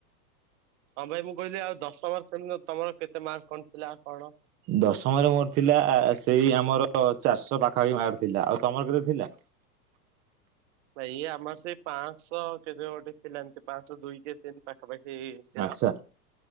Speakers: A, on the right (about 50°); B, on the right (about 20°).
A: ହଁ ଭାଇ ମୁଁ କହିଲି ଆଉ ଦଶମ ଶ୍ରେଣୀରେ ତମର କେତେ ମାର୍କ କଣ ଥିଲା କଣ?
B: ଦଶମରେ ମୋର ଥିଲା ସେଇ ଆମର ଚାରିଶହ ପାଖାପାଖି ମାର୍କ ଥିଲା ଆଉ ତମର କେତେ ଥିଲା?
A: ଭାଇ ଆମର ସେଇ ପାଁଶହ କେତେ ଗୋଟେ ଥିଲା ଏମତି ପାଁଶହ ଦୁଇ କେ କେନି ପାଖାପାଖି ଥିଲା।
B: ଆଚ୍ଛା